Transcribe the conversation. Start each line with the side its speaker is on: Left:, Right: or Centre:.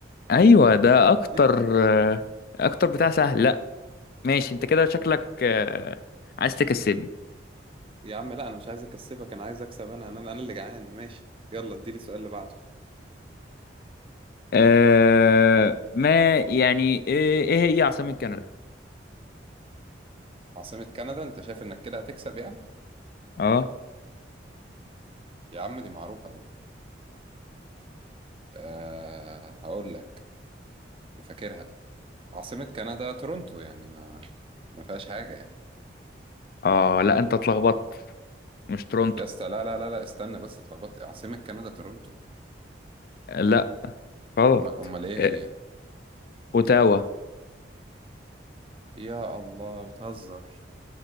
Left: أيوة ده أكتر
Right: <laughs>
Left: آه، أكتر بتاع سهل لا ماشي أنت كده شكلك آه، عايز تكسبني
Right: يا عم لا انا مش عايز اكسبك انا عايز اكسب انا انا انا اللي جعان ماشي يلا اديني السؤال اللي بعده
Left: أه ما يعني إيه إيه هي عاصمة كندا؟
Right: عاصمة كندا انت شايف انك كده هتكسب يعني
Left: أه
Right: يا عم دي معروفة قوي أه هقول لك فاكرها عاصمة كندا تورونتو يعني ما ما فيهاش حاجة يعني
Left: أه لا أنت اتلخبطت مش تورونتو
Right: يا اسطى لا لا لا لا استنى بس اتلخبطت عاصمة كندا تورونتو
Left: لا غلط
Right: أما- امال ايه هي
Left: آه، اوتاوا
Right: يا الله بتهزر